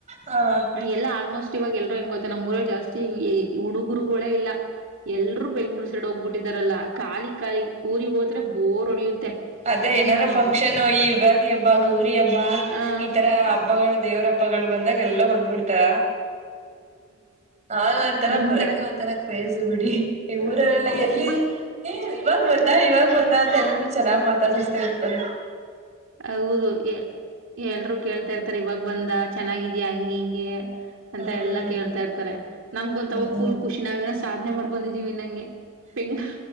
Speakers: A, on the right; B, on the right.
A: ಹ
B: ಎಲ್ಲ ಆಲ್ಮೋಸ್ಟ್. ಇವಾಗ ಎಲ್ರೂ ಏನ್ ಗೊತ್ತೆ ನಮ್ಮ್ಊರ ಜಾಸ್ತಿ ಹುಡುಗರುಗಳೇ ಇಲ್ಲ. ಎಲ್ರುೂ ಬೆಂಗ್ಳೂರ್ ಸೆಡ್ ಹೋಗ್ಬಿಟ್ಟಿದಾರಲ್ಲಾ ಕಾಲಿ ಕಾಲಿ ಊರಿಗೆ ಹೋದ್ರೆ ಬೋರ್ ಹೊಡಿಯುತ್ತೆ.
A: ಅದ ಏನಾದಾರ
B: ಹ್ಮ್.
A: ಫಂಕ್ಷನ್ ಈ ಯುಗಾದಿ ಹಬ್ಬ ಗೌರಿ ಹಬ್ಬಾ.
B: ಆ.
A: ಈತರ ಹಬ್ಬಗಳು ದೇವ್ರ ಹಬ್ಬಗಳು ಬಂದಾಗ ಎಲ್ಲ ಬಂದ್ಬಿಡ್ತಾ ಹೌದು ಬಂತರ
B: ನಿಮ್
A: ಬರಕಿ
B: ಕಡೆ?
A: ಒಂತರ ಬೇಸು ಬಿಡಿ ಈ
B: ಆ
A: ಊರಲ್ಲೆಲ್ಲ ಎಲ್ಲಿ
B: ಇವಾಗ
A: ಎ ಇವಾಗ ಬಂದ ಇವಾಗ ಬಂದ ಅಂತ ಎಲ್ಲ ಚೆನ್ನಾಗ್ ಮಾತಾಡಸ್ತಾ ಇರ್ತಾರೆ
B: ಹೌದು ಎಲ್ರು ಕೇಳ್ತಾ ಇರ್ತಾರೆ ಇವಾಗ ಬಂದ ಚೆನ್ನಾಗಿದ್ಯಾಾ ಹಂಗ ಹಿಂಗೆ ಅಂತ
A: ಹ್ಮ್
B: ಎಲ್ಲಾ ಕೇಳ್ತಾ ಇರ್ತಾರೆ ನಮ್ಗೊಂತವಾಗ
A: ಹ್ಮ್
B: ಫುಲ್ ಖುಷಿ ನಾವನ ಸಾಧ್ನೆ ಮಾಡ್ ಬಂದಿದೀ ವೆನಂಗೆ ಗ್